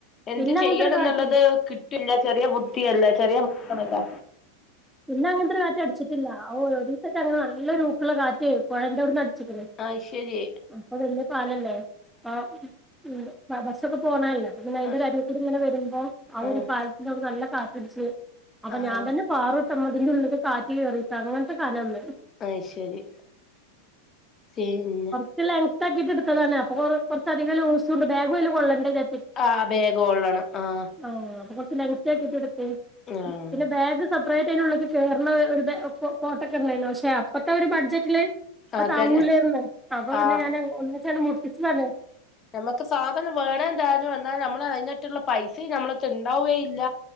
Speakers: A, on the left; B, in the centre.
A: എന്ത്
B: പിന്നെ അങ്ങനത്തെ
A: ചെയ്യണന്നുള്ളത്
B: ഒരു കാറ്റില്ല
A: കിട്ടില്ല ചെറിയ ബുദ്ധിയല്ലെ ചെറിയ മക്കളല്ലെ.
B: പിന്ന അങ്ങൻത്തൊര് കാറ്റ് അടിച്ചിട്ടില്ല. ഓഹ് ഒരീസത്തെ അങ്ങനെ നല്ലൊരു ഊക്കുള്ള കാറ്റെ പൊഴൻ്റവ്ടുന്ന് അടിച്ചിക്ക്ണ്.
A: അഹ്ശരി
B: അപ്പൊ വലിയ പാലല്ലേ അപ്പം ബസ്സൊക്കെ പോണതല്ലേ അപ്പപിന്നെ അയിൻ്റൊരു
A: ആഹ്
B: അരൂകൂടി ഇങ്ങനെ വരുമ്പം ആ
A: ആഹ്
B: ഒരു പാലത്തിന്റെ അവ്ട്ന്ന് നല്ല കാറ്റടിച്ച് അപ്പം
A: ആഹ്
B: ഞാൻ തന്നെ പാറുട്ടോ ഇമ്മാ ഇതിന്റെ ഉള്ള് ക്ക് കാറ്റ് കേറീട്ട്. അങ്ങൻത്തെ കന ള്ളത്
A: അയ് ശരി പിന്നെ
B: ച്ച് ലെങ്ത് ആക്കിയിട്ട് ഇടുത്തതാണെ. അപ്പം കൊർ കൊർച്ചധികം ലൂസൂണ്ട്. ബാഗും അയ്ല് കൊള്ളണ്ടേ വിചാ
A: ആഹ് ബേഗ് കൊള്ളണം ആഹ്
B: ആഹ് അപ്പൊ കൊറച്ച് ലെങ്താക്കിട്ട് ഇട്ത്ത്.
A: ആഹ്
B: പിന്നെ ബാഗ് സുഖായിട്ടയ്ൻ്റെ ഉള്ള് ക്ക് കേർണെ ഒരു ബേ കൊ കോട്ടക്കണ്ടായ്നി. പക്ഷെ അപ്പത്തെ ആ ഒരു ബഡ്ജറ്റില് ന്
A: അതന്നെ
B: താങ്ങൂലേര്ന്ന്. അപ്പം പിന്നെ
A: ആഹ്
B: ഞാന് ഒന്നിച്ചാണ്ട് മുട്ടിച്ചതാണ്
A: നമ്മക്ക് സാധനം വേണേ ന്താനും എന്നാ നമ്മൾ അയ്‌നെറ്റള്ള പൈസിം ഞമ്മളെട്ത്ത് ഉണ്ടാവേ ഇല്ല.